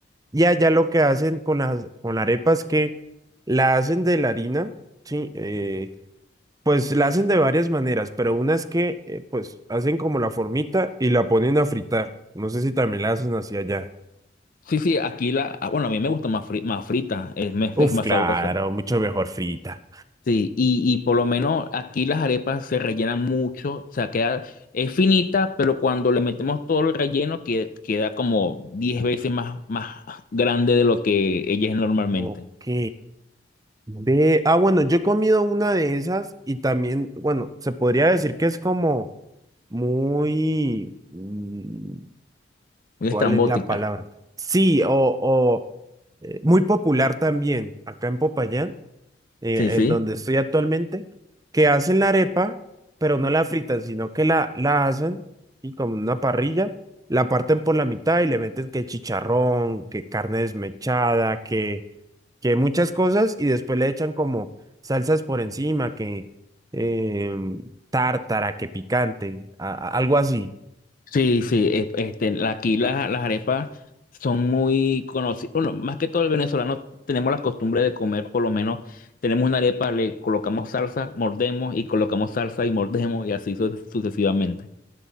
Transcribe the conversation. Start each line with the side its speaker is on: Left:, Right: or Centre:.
Right: Y allá lo que hacen con las con la arepa es que la hacen de la harina, sí, eh, pues la hacen de varias maneras, pero una es que eh, pues hacen como la formita y la ponen a fritar. No sé si también la hacen así allá.
Left: Sí, sí, aquí la, ah, bueno, a mí me gusta más, fri- más frita, es, me- <laughs> es
Right: Uf,
Left: más
Right: claro,
Left: sabrosa.
Right: mucho mejor frita.
Left: Sí, y, y por lo menos aquí las arepas se rellenan mucho, o sea, queda, es finita, pero cuando le metemos todo el relleno que- queda como 10 veces más, más grande de lo que ella es normalmente.
Right: Ok. Ve, ah, bueno, yo he comido una de esas y también, bueno, se podría decir que es como muy... mm,
Left: Muy
Right: ¿Cuál
Left: estrambótica.
Right: es la palabra? Sí, o, o, eh, muy popular también acá en Popayán, eh,
Left: Sí, sí.
Right: eh, donde estoy actualmente, que hacen la arepa, pero no la fritan, sino que la, la hacen y como en una parrilla, la parten por la mitad y le meten que chicharrón, que carne desmechada, que, que muchas cosas y después le echan como salsas por encima, que em, tártara, que picante, a- a- algo así.
Left: Sí, sí, es- este, la- aquí la- las arepas son muy conocidas. Bueno, más que todo el venezolano tenemos la costumbre de comer, por lo menos tenemos una arepa, le colocamos salsa, mordemos y colocamos salsa y mordemos y así su- sucesivamente.